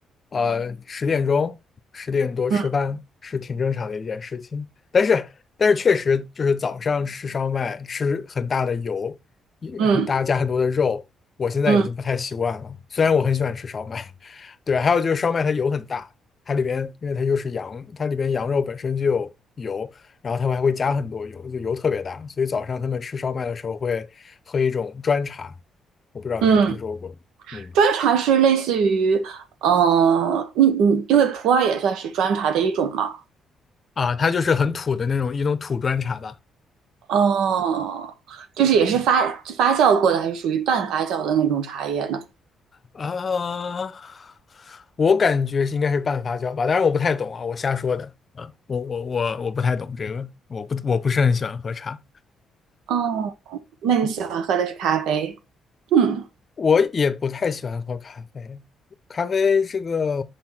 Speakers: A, on the left; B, on the right.
A: 呃，十点钟、十点多吃饭是挺正常的一件事情。
B: 嗯
A: 但是但是确实就是早上吃烧麦，吃很大的油，也很大加很多的肉。
B: 嗯
A: 我现在已经不太习惯了。
B: 嗯
A: 虽然我很喜欢吃烧麦，<laughs> 对，还有就是烧麦它油很大，它里边因为它又是羊，它里边羊肉本身就有油，然后它们还会加很多油，就油特别大，所以早上他们吃烧麦的时候会喝一种砖茶，我不知道有没有听说过，
B: 嗯，
A: 嗯，
B: 砖茶是类似于，嗯嗯，你你因为普洱也算是砖茶的一种嘛，
A: 啊，它就是很土的那种一种土砖茶吧，
B: 哦，就是也是发发酵过的，还是属于半发酵的那种茶叶呢？
A: 啊，我感觉是应该是半发酵吧，当然我不太懂啊，我瞎说的。啊，我我我我不太懂这个，我不我不是很喜欢喝茶。
B: 哦那你喜欢喝的是咖啡？嗯
A: 我也不太喜欢喝咖啡，咖啡这个，